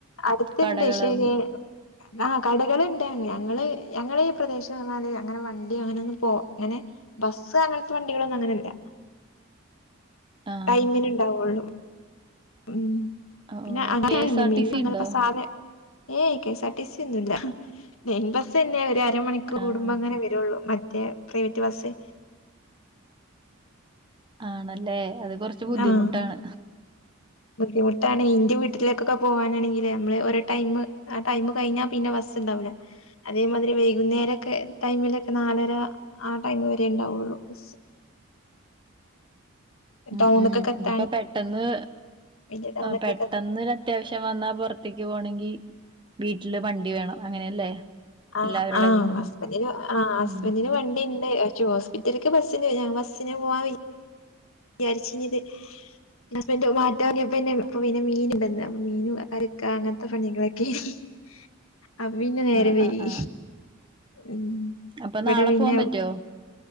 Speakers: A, on the left; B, on the right.
A: അടുത്ത്ണ്ട്
B: കടകളും
A: ശരി ആ കടകളുണ്ട് ഞങ്ങള് ഞങ്ങള് ഈ പ്രദേശം പറഞ്ഞാല് അങ്ങനെ വണ്ടി അങ്ങനെ ഒന്നും പോവ അങ്ങനെ ബസ്സ് അങ്ങനത്തെ വണ്ടികളൊന്നും അങ്ങനില്ല
B: ആഹ്
A: ടൈമിനെണ്ടാവുള്ളു. ഉം
B: ഓ
A: പിന്നെ
B: കെ എസ് ആർ
A: മീന
B: ടി സി ഉണ്ടോ
A: <unintelligible> സാന ഏയ് K S R T C ഒന്നൂല്ല ലൈൻ ബസ്ന്നെ ഒരു അര അര മണിക്കൂർ
B: ആഹ്
A: കൂടുമ്പോങ്ങനെ വരുള്ളൂ മറ്റേ പ്രൈവറ്റ് ബസ്സെ
B: ആണല്ലേ അത് കൊറച്ച് ബുദ്ധിമുട്ടാണ്.
A: ആഹ് ബുദ്ധിമുട്ടാണ് ഇന്റെ വീട്ടിലേക്കൊക്കെ പോവാാനാണെങ്കില് നമ്മള് ഓരോടൈം ആ ടൈം കഴിഞ്ഞാ പിന്നെ ബസ് ഉണ്ടാവൂല അതേമാതിരി വൈകുന്നേരൊക്കെ ടൈമിലൊക്കെ നാലര ആ ടൈമ് വരെ ഉണ്ടാവൊള്ളൂ ബസ്.
B: ഉം
A: ടൗണ്ക്കൊക്കെ എത്താൻ
B: ഇതിപ്പൊ പെട്ടെന്ന്
A: വലിയ ടൗണ്ക്കൊക്കെ
B: പെട്ടെന്ന് ര ത്യാവശ്യം വന്നാ പുറത്തേക്ക് പോണെങ്കി വീട്ടില് വണ്ടി വേണം അങ്ങനെയല്ലേ.
A: ആ
B: എല്ലാവരുടെ
A: ആഹ്
B: വീട്ടിലും
A: ഹസ്ബന്റിന് ആഹ് ഹസ്ബന്റിന്
B: ഉം
A: വണ്ടിണ്ട് പക്ഷേ ഹോസ് വീട്ട്ൽക്ക് ബസ്സ്ണ്ട് ഞാ ബസിന് പോവാൻവി യാരിച്ചിഞ്ഞത്. ന്റെ ഹസ്ബന്റ് മാറ്റം വങ്ങിയപ്പോഇപ്പൊ പിന്നെ മീൻ ബന്താ അപ്പ മീൻ കറിക്ക അങ്ങൻത്തെ പണികളൊ ക്കേനി.
B: <inaudible>
A: അപ്പ പിന്നെ നേരം
B: ആ
A: വൈകി
B: ആ ആ
A: ഉം.
B: അപ്പൊ
A: ഇവ്ടെ
B: നാളെ
A: പിന്ന
B: പോവാൻ പറ്റുവോ